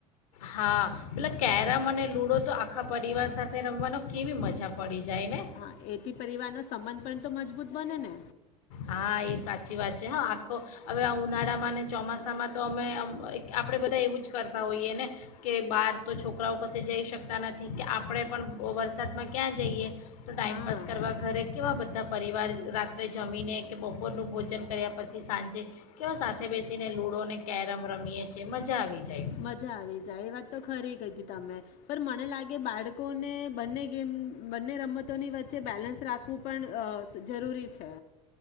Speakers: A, on the left; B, on the left.
A: હા એટલે કેરમ
B: હા
A: અને લુડો તો આખા પરિવાર સાથે રમવાનો કેવી મજા પડી જાય ને
B: હા એથી પરિવાર નો સંબંધ પણ તો મજબૂત બને ને
A: હા એ સાચી વાત છે હા આખો હવે ઉનાળામાં ને ચોમાસામાં તો અમે આપણે બધા એવું જ કરતા હોઈએ ને કે બહાર તો છોકરાઓ કશે જઈ શકતા નથી કે આપણે પણ વરસાદમાં ક્યાં જઈએ તો ટાઈમપાસ
B: હા
A: કરવા ઘરે કેવા બધા પરિવાર રાત્રે જમીને કે બપોરનું ભોજન કર્યા પછી સાંજે કેવા સાથે બેસીને લૂડો અનેને કેરમ રમીએ છીએ મજા આવી જાય
B: મજા આવી જાય એ વાત તો ખરી કીધી તમે પણ મને લાગે બાળકોને બંને ગેમ બંને રમતોની વચ્ચે બેલેન્સ રાખવું પણ અ જરૂરી છે